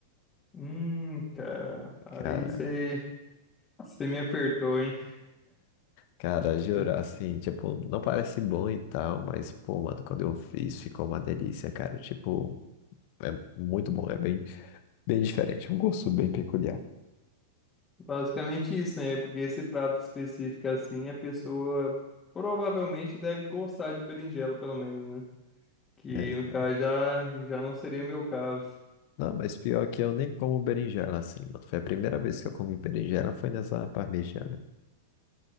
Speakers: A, on the left; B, on the left.
A: Hum, cara,
B: Cara,
A: aí você. Você me apertou, hein?
B: cara, jurar
A: É
B: assim, tipo, não parece bom e tal, mas pô, mano, quando eu fiz ficou uma delícia, cara. Tipo, é muito bom, é bem, bem diferente, um gosto bem peculiar.
A: Basicamente isso, né? Porque esse prato específico assim, a pessoa provavelmente deve gostar de berinjela, pelo menos, né? Que
B: É, então.
A: no caso já, já não seria o meu caso.
B: Não, mas pior que eu nem como berinjela assim, mano. Foi a primeira vez que eu comi berinjela, foi nessa parmegiana.